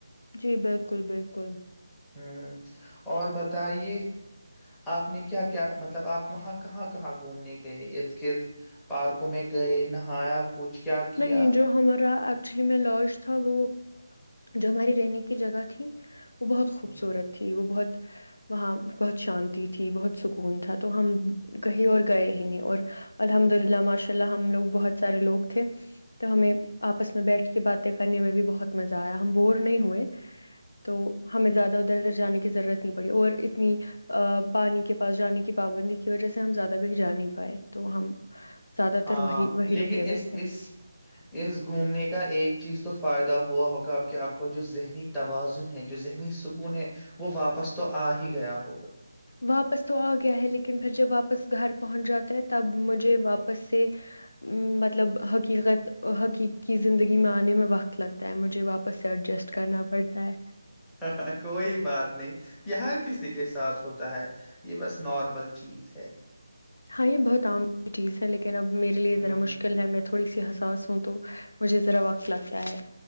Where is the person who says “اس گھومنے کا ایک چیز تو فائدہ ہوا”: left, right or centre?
Centre